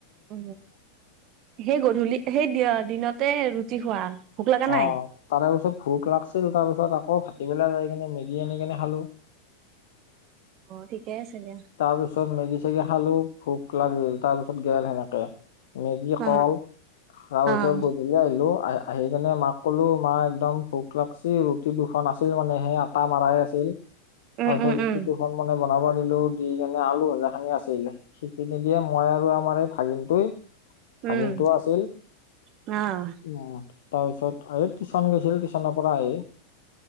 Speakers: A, on the right (about 40°); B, on the left (about 55°).
A: উ সেই গধূলি সেই দিনতে ৰুটি খোৱা ভোক লগা নাই
B: অ তাৰে পিছত ভোক লাগিছিল তাৰপিছত আকৌ ভ কবেলা যাই কিনে মেগী আনি কেনে খালো
A: অ ঠিকে আছে দিয়া
B: তাৰপিছত মেগী চেগি খালো ভোক লাগিল তাৰ পিছত গেল সেনেকে মেগী
A: অ',
B: কল তাৰপিছত
A: অ',
B: গধূলি আহিলো আহিলোঁ যেনে মাক ক'লো মা একদম ভোক লাগছি ৰুটি দুখন আছিল মানে সে আটা মাৰাই আছিল
A: উম,
B: তাৰপিছত
A: উম,
B: ৰুটি
A: উম,
B: দুখন মানে বনাব দিলো দি কিনে আলু ভজা খিনি আছিল সেইখিনি দিয়ে মই আৰু আমাৰ এই ভাগিনটোৱে
A: উম,
B: ভাগিনটো আছিল
A: অ',
B: উম তাৰ পিছত এই টিউচন গৈছিল টিউচনৰ পৰা আহি